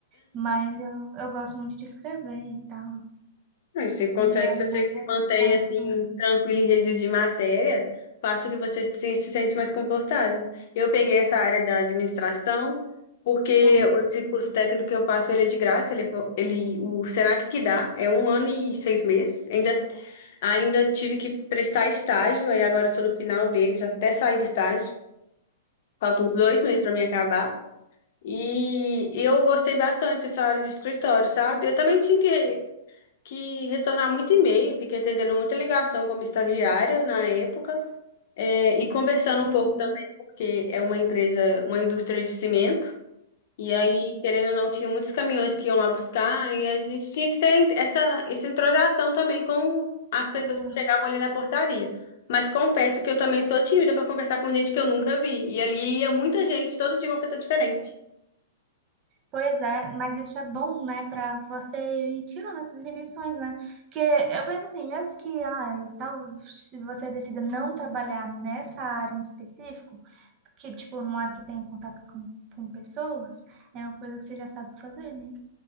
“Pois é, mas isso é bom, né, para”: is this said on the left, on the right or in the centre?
Right